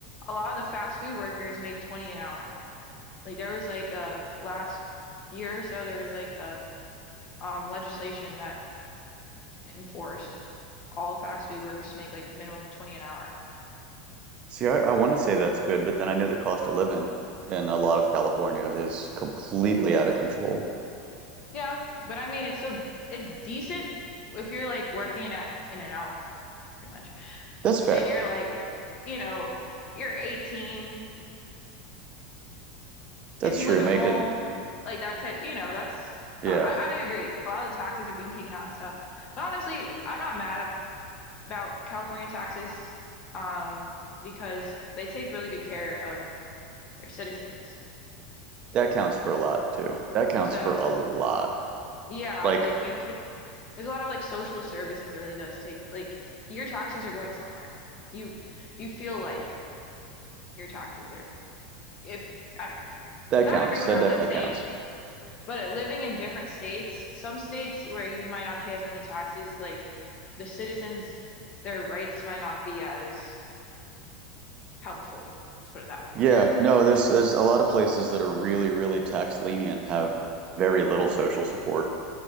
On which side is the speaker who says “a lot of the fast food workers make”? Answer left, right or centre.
Left